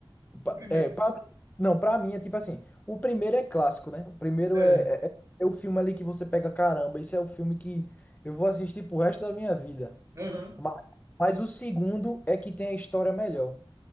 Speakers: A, on the right; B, on the left.
A: O
B: Pa-
A: primeiro.
B: É, pra, não, pra mim é tipo assim: o primeiro é clássico, né? O primeiro
A: É.
B: é, é, é é o filme ali que você pega, caramba, esse é o filme que eu vou assistir pro resto da minha vida.
A: Aham.
B: Mas, mas o segundo é que tem a história melhor,